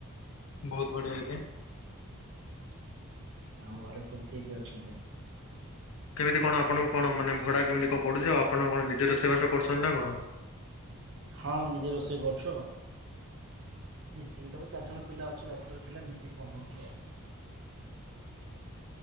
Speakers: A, on the left; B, on the right.
A: ବହୁତ ବଢିଆ ଆଜ୍ଞା।
B: ଆଉ ଘରେ ସବୁ କିଏ କିଏ ଅଛନ୍ତି?
A: କେମିତି କଣ ଆପଣଙ୍କୁ କଣ ମାନେ ଭଡା କେମିତି କଣ ପଡୁଛି ଆଉ ଆପଣ କଣ ନିଜେ ରୋଷେଇ ବାସ କରୁଛନ୍ତି ନା କଣ?
B: ହଁ ନିଜେ ରୋଷେଇ କରୁଛୁ ଆଉ। ମିଶିକି ସବୁ ଚାରି ଜଣ ପିଲା ଅଛୁ ବ୍ୟାଚଲର ପିଲା ମିଶିକି ବନଉଚୁ ଆଉ।